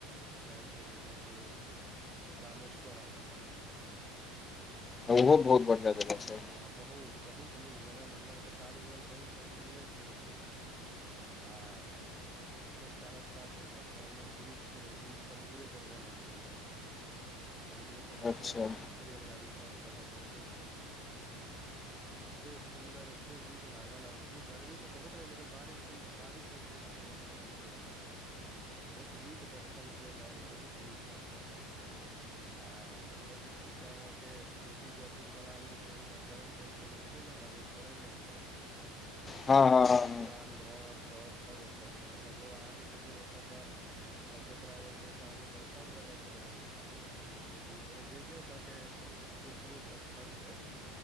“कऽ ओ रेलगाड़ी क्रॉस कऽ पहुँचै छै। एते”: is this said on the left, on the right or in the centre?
Right